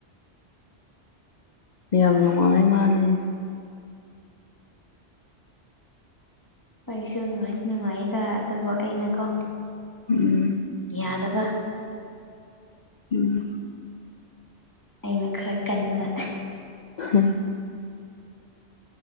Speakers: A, on the left; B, on the left.
A: ꯌꯥꯝ ꯅꯨꯡꯉꯥꯏ ꯃꯥꯅꯤ
B: ꯑꯩꯁꯨ ꯅꯨꯡꯉꯥꯏꯇ ꯅꯨꯡꯉꯥꯏꯗ ꯑꯗꯨꯕꯨ ꯑꯩꯅꯀꯣ
A: ꯎꯝ
B: ꯌꯥꯗꯕ
A: ꯎꯝ
B: ꯑꯩꯅ ꯈꯔ ꯀꯟꯕ
A: ꯎꯝ